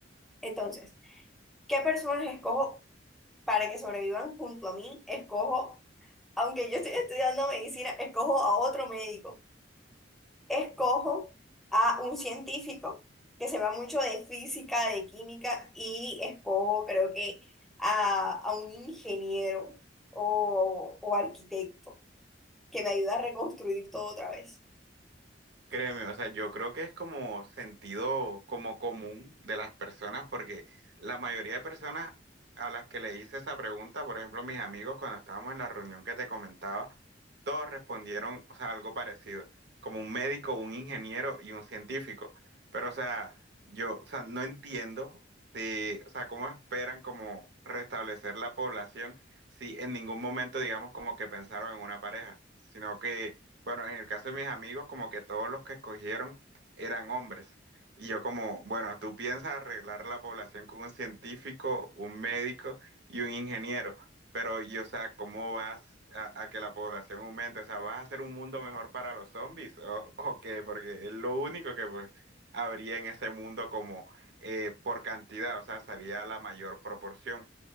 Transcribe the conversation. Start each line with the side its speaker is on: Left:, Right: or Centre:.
Centre: Entonces, ¿qué personas escojo para que sobrevivan junto a mí? Escojo, aunque yo estoy estudiando medicina, escojo a otro médico escojo a un científico que se va mucho de física, de química, y escojo creo que a, a un ingeniero o, o arquitecto que me ayuda a reconstruir todo otra vez.
Right: Créeme, o sea, yo creo que es como sentido como común de las personas, porque la mayoría de personas a las que le hice esa pregunta, por ejemplo, mis amigos cuando estábamos en la reunión que te comentaba, todos respondieron, o sea, algo parecido, como un médico, un ingeniero y un científico. Pero, o sea, yo, o sea, no entiendo de, o sea, cómo esperan como restablecer la población si en ningún momento, digamos, como que pensaron en una pareja, sino que bueno, en el caso de mis amigos, como que todos los que escogieron eran hombres. Y yo como, bueno, tú piensas arreglar la población con un científico, un médico y un ingeniero, pero yo, o sea, ¿cómo vas a, a que la población aumente? O sea, ¿vas a hacer un mundo mejor para los zombies o, o qué? Porque es lo único que pues habría en ese mundo como eh, por cantidad, o sea, sería la mayor proporción.